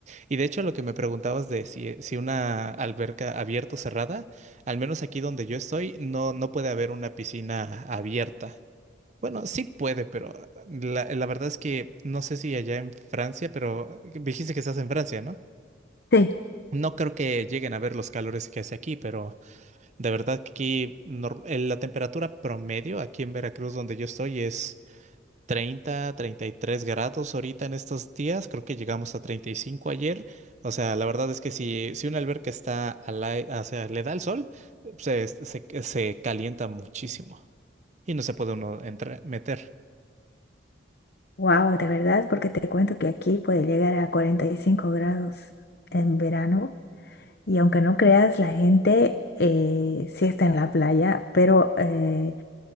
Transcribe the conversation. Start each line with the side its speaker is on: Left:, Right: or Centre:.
Right: Y de hecho, lo que me preguntabas de si, si una alberca abierta o cerrada, al menos aquí donde yo estoy, no, no puede haber una piscina abierta. Bueno, sí puede, pero la, la verdad es que no sé si allá en Francia, pero dijiste que estás en Francia, ¿no?
Left: Sí.
Right: No creo que lleguen a ver los calores que hace aquí, pero de verdad que aquí nor- eh, la temperatura promedio aquí en Veracruz, donde yo estoy, es treinta, treinta y tres grados ahorita en estos días. Creo que llegamos a 35 ayer. O sea, la verdad es que si, si una alberca está al ai- o sea, le da el sol, se, se, se calienta muchísimo y no se puede uno entrar, meter.
Left: Wow, de verdad, porque te cuento que aquí puede llegar a 45 grados en verano y aunque no creas, la gente eh, sí está en la playa, pero eh,